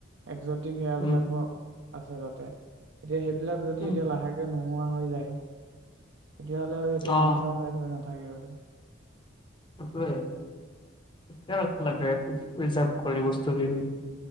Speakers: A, on the right; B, on the left.
A: একজেটিক সেৱাবিলাকো
B: উম
A: আছে তাতে। এতি সেইবিলাক যদি
B: উম
A: এতিয়া লাহেকে নো নোৱা হৈ যায় তেতিয়া হ'লে আৰু সেইটো
B: অ
A: ৰামচাৰ চাইড হয় নাথাকে হয় আৰু
B: সেইটোৱে <inaudible> ৰিজাপ কৰি বস্তুখিনি